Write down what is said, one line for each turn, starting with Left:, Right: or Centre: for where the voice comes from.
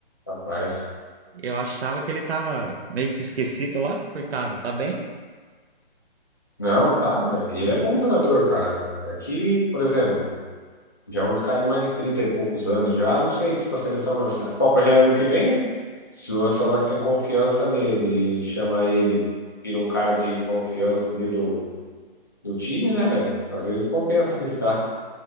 Left: Rapaz.
Right: Eu achava que ele tava meio que esquecido lá, coitado, tá bem?
Left: Não, tá, velho. E Ele é bom jogador, cara. É que, por exemplo, Já é um cara de mais de 30 e poucos anos já. Não sei se para a seleção, não. Se a Copa já é ano que vem. Se o Ancelotti tem confiança nele, e chama ele, vira um cara de confiança ali do, do time, né, velho? Às vezes compensa arriscar.